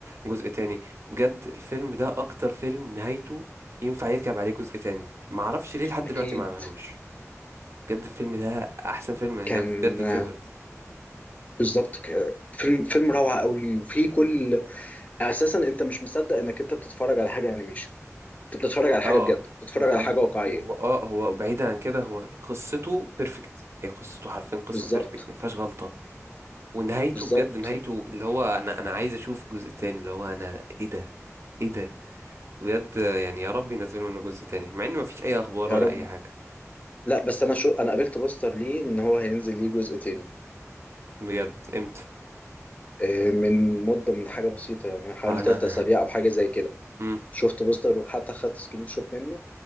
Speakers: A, on the right (about 55°); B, on the left (about 30°).
A: جزء تاني بجد الفيلم ده اكتر فيلم نهايته ينفع يركب عليه جزء تاني معرفش ليه لحد
B: اكيد
A: دلوقتي ما عملوش بجد الفيلم ده احسن فيلم ده
B: كان
A: بجد
B: آه،
A: favorite
B: بالظبط ك- فيلم فيلم روعة قوي وفي كل اساسا انت مش مصدق انك انت بتتفرج على حاجة انيميشن انت بتتفرج على حاجه
A: اه
B: بجد بتتفرج
A: هو
B: على حاجه واقعيه
A: هو- اه هو بعيدا عن كده هو قصته بيرفكت هي قصته حرفيا قصة
B: بالظبط
A: بيرفكت ما فيهاش غلطة ونهايته
B: بالظبط
A: بجد نهايته اللي هو انا انا عايز اشوف جزء تاني اللي هو انا ايه ده ايه ده بجد يعني يا رب ينزلوا منه جزء تاني مع ان ما فيش اي اخبار
B: يا
A: ولا
B: رب
A: اي حاجة
B: لا بس انا شو انا قابلت بوستر ليه ان هو هينزل ليه جزء تاني
A: بجد امتى
B: آه، من مده من حاجه بسيطه يعني حوالي
A: انا
B: ثلاث اسابيع او حاجه زي كده
A: <laughs> امم
B: شفت بوستر وحتى خدت سكرين شوت منه